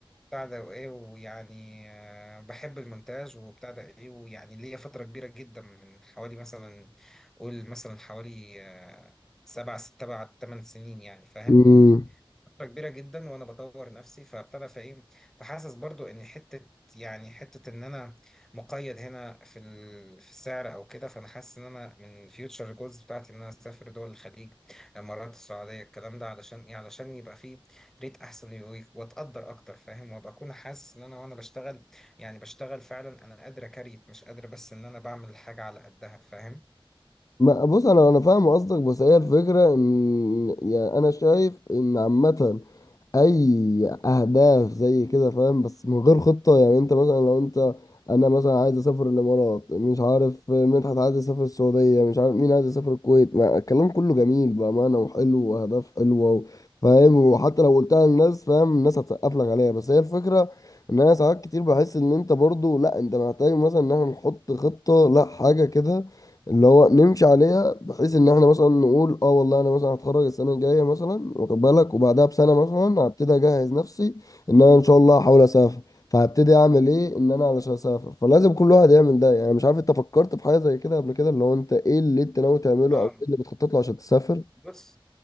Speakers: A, in the centre; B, on the left.
A: بتاع ده وايه ويعني آه بحب المونتاج وبتاع ده ايه ويعني ليا فتره كبيره جدا من حوالي مثلا قول مثلا حوالي آه سبع ست سبع ثمان سنين يعني فاهم
B: امم
A: فترة كبيرة جدا وانا بدور نفسي فابتدى فايه فحاسس برضو ان حتة يعني حتة ان انا مقيد هنا في ال- في السعر او كده فانا حاسس ان انا من فيوتشر جولز بتاعتي ان انا اسافر دول الخليج الامارات السعودية الكلام ده علشان ايه علشان يبقى فيه ريت احسن و- واتقدر اكتر فاهم وابقى اكون حاسس ان انا وانا بشتغل يعني بشتغل فعلا انا قادر اكريت مش قادر بس ان انا بعمل حاجة على قدها فاهم
B: ما بص انا انا فاهم قصدك بس هي الفكره ان يعني انا شايف ان عامه اي اهداف زي كده فاهم بس من غير خطه يعني انت مثلا لو انت انا مثلا عايز اسافر الامارات مش عارف مدحت عايز يسافر السعوديه مش عارف مين عايز يسافر الكويت ما الكلام كله جميل بامانه وحلو واهداف حلوه و- فاهم وحتى لو قلتها للناس فاهم الناس هتسقف لك عليها بس هي الفكره ان انا ساعات كتير بحس ان انت برضو لا انت محتاج مثلا ان احنا نحط خطه لا حاجه كده اللي هو نمشي عليها بحيث ان احنا مثلا نقول اه والله انا مثلا هتخرج السنه الجايه مثلا واخد بالك وبعدها بسنه مثلا هبتدي اجهز نفسي ان انا ان شاء الله هحاول اسافر فهبتدي اعمل ايه ان انا علشان اسافر فلازم كل واحد يعمل ده يعني مش عارف انت فكرت في حاجه زي كده قبل كده اللي هو انت ايه اللي انت ناوي تعمله
A: اه
B: او ايه اللي بتخطط له عشان تسافر
A: بص